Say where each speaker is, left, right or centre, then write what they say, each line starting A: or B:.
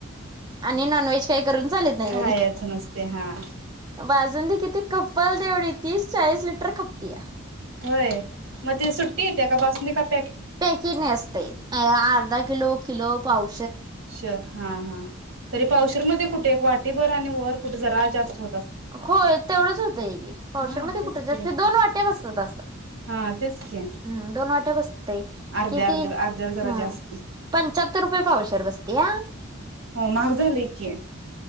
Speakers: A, on the right (about 20°); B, on the right (about 65°).
A: आणि नॉनव्हेज काही करून चालत नाही
B: खायाच नसतय हां
A: बासुंदी‌ किती खप्पल तेवढी तीस चाळीस लिटर खपतीया
B: होय म ती सुट्टी येत्या काय बासु <unintelligible>
A: पॅकिंग असतय काय अर्धा किलो किलो पाव
B: पावशेर हां हां तरी पावशेरमध्ये कुठे एक वाटी भर आणि वर कुठं जरा जास्त हो
A: होय तेवढच होतंयकी पावशेरमध्ये
B: हा तेच
A: कुठे जास्त
B: की
A: दोन वाट्या बसतात असं
B: हा तेच की
A: हम् दोन वाट्या बसत तय
B: अर्ध्या
A: किती
B: अर्ध्या अर्ध्याला जरा
A: हां
B: जास्ती
A: पंचाहत्तर रुपये पावशेर बसतिया
B: हो महाग झालयकी